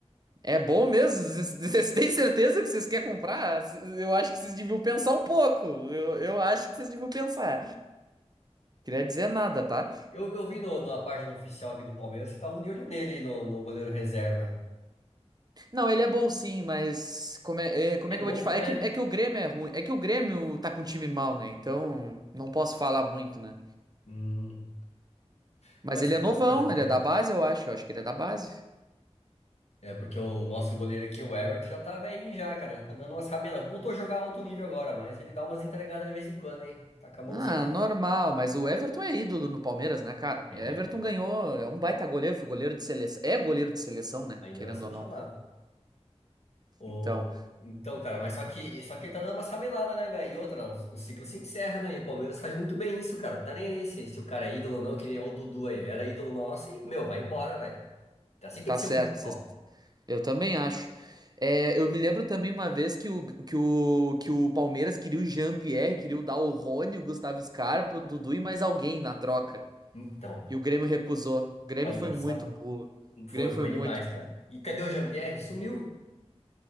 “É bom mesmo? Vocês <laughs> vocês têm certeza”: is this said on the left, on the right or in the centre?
Right